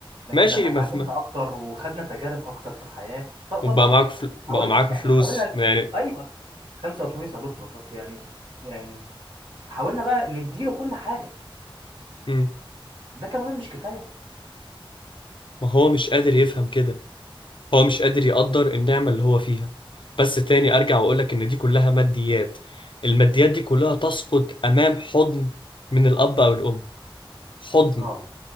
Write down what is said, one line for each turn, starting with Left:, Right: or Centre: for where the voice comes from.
Right: لكن
Left: ماشي
Right: لما اتعلمنا
Left: مفهوم
Right: اكتر وخدنا تجارب اكتر في الحياه لا طبعا
Left: وبقى معاك
Right: يعني
Left: فل... بقى
Right: حاولنا
Left: معاك
Right: احنا
Left: فلوس
Right: حاولنا
Left: يعني
Right: ايوه 85 يا دكتور بس يعني يعني حاولنا بقى نديله كل حاجه
Left: مم.
Right: ده كمان مش كفايه
Left: ما هو مش قادر يفهم كده هو مش قادر يقدر النعمة اللي هو فيها بس تاني أرجع وأقولك إن دي كلها ماديات الماديات دي كلها تسقط أمام حضن من الأب أو الأم حضن
Right: اه